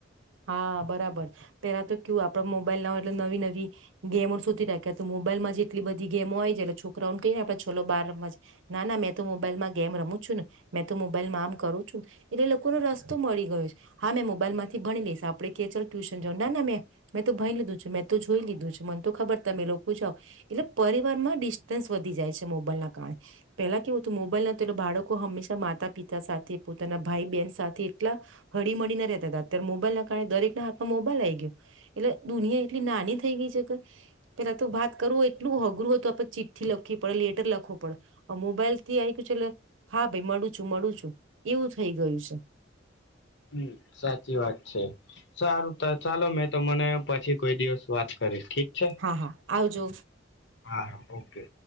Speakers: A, on the right; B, on the left.
A: હા બરાબર. પેલા તો કેવું આપડે મોબાઈલ ના હોય એટલે નવી-નવી ગેમો સુધી રાખ્યા તો મોબાઈલમાં જેટલી બધી ગેમો હોય છે એટલે છોકરાઓને કહીને આપડે ચલો બહાર રમવા જઈ, ના, ના મેં તો મોબાઈલમાં ગેમ રમું છું ને, મેં તો મોબાઈલમાં આમ કરું છું, એટલે લોકોનો રસ્તો મળી ગયો છે. હા મેં મોબાઈલમાંથી ભણી લઈશ. આપડે કે ચાલ ટ્યુશન જાવાનું, ના, ના મેં મેં તો ભણી લીધું છે, મેં તો જોઈ લીધું છે, મને તો ખબર તમે લોકો જાઓ, એટલે પરિવાર માં ડિસ્ટન્સ વધી જાય છે મોબાઈલ ના કારણે. પેલા કેવું હતું મોબાઈલ નતા એ બાળકો હંમેશા માતા પિતા સાથે પોતાના ભાઈ બહેન સાથે એટલા હળીમળીને રહેતા તા અત્યારે મોબાઈલ ના કારણે દરેક ના હાથમાં મોબાઈલ આઈ ગયો, એટલે દુનિયા એટલી નાની થઈ ગઈ છે કે પેલા તો વાત કરવું એટલું અઘરું હતું. આપણે ચીઠ્ઠી લખવી પડે, લેટર લખવો પડો. હવે મોબાઈલ થી આઈથી તો ચલો હા ભાઈ મળું છું-મળું છું એવું થઈ ગયું છે.
B: હમ સાચી વાત છે. સારું તો ચાલો મેં તો મને પછી કોઈ દિવસ વાત કરીશ. ઠીક છે
A: હા-હા આવજો.
B: હા ઓકે